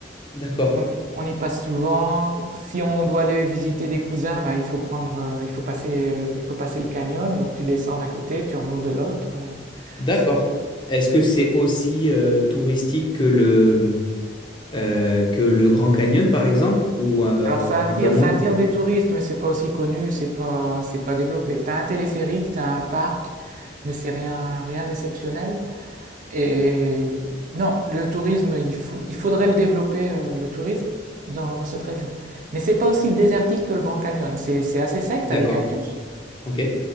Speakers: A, on the left; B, on the right.
A: D'accord,
B: on, y on y passe souvent. Si on doit aller visiter des cousins, bah, il faut prendre, euh, il faut passer le, il faut passer le canyon, donc tu descends d'un côté, tu remontes de l'autre. euh,
A: d'accord.
B: c'est...
A: Est-ce que c'est aussi euh, touristique que le, euh, que le Grand Canyon, par exemple, ou euh,
B: Alors ça attire,
A: un peu moins?
B: ça attire des touristes, mais c'est pas aussi connu, c'est pas, c'est pas développé. T'as un téléphérique, t'as un parc, mais c'est rien, rien d'exceptionnel. Et non, le tourisme, il faut, il faudrait le développer, euh, le tourisme, dans, dans cette région. Mais c'est pas aussi désertique que le Grand Canyon. C'est, c'est assez sec, t'as
A: D'accord,
B: des cactus.
A: ok,